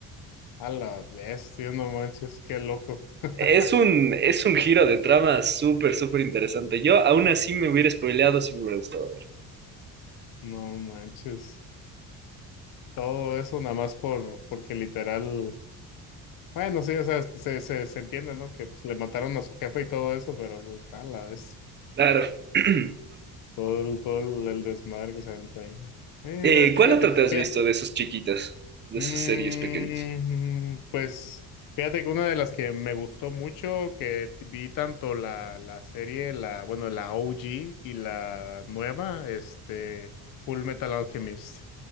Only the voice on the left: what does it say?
A la bestia, no manches, qué loco. <laughs>
No manches. Todo eso nada más por, porque literal, bueno, sí, o sea, este, se, se, se entiende, ¿no? Que pues, le mataron a su jefe y todo eso, pero pues, a la vez,
todo el, todo el, el desmadre que se aventó ahí. ¿no? Eh,
fíjate,
fíjate, fíjate.
Mm,
pues fíjate que una de las que me gustó mucho, que vi tanto la, la serie, la, bueno, la OG y la nueva, este, Full Metal Alchemist.